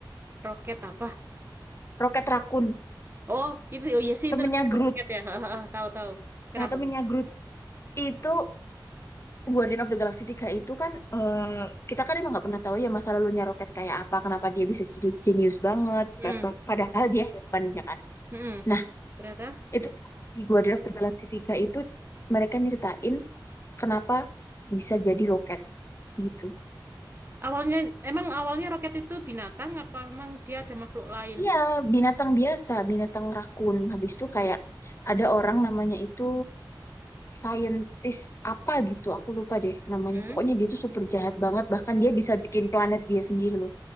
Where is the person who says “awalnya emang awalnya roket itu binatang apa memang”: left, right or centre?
Right